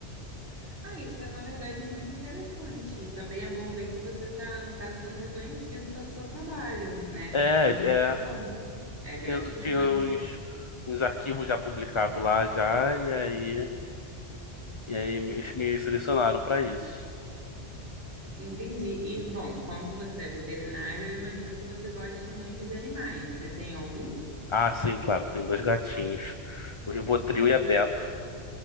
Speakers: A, on the right; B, on the left.
A: Ah, isso é, na verdade, muito interessante. E também é bom ver que você está, no caso, sendo reconhecido pelo seu trabalho, né?
B: É,
A: Isso é muito
B: é,
A: bom. É gratificante.
B: tinha, tinha uns, uns arquivos já publicados lá já, e aí, e aí me, me selecionaram pra isso.
A: Entendi. E, bom, como você é veterinário, eu imagino que você goste muito de animais. Você tem algum?
B: Ah, sim, claro, tem dois gatinhos, o Rivotril e a Beto.